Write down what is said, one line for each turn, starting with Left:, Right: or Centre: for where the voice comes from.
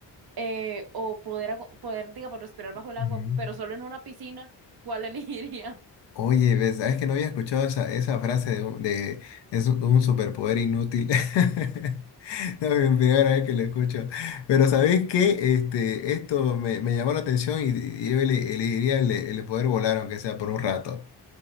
Right: eh, o poder, agu- poder, digamos, respirar bajo el
Left: Ujú.
Right: agua, pero solo en una piscina, ¿cuál elegiría? <laughs>
Left: Oye, ¿ves? ¿Sabes que no había escuchado esa, esa frase de, un- de es un un superpoder inútil? <laughs> No, es la primera vez que lo escucho. Pero ¿sabés qué? Este, esto me, me llamó la atención y, y yo ele- elegiría el, de- el de poder volar, aunque sea por un rato.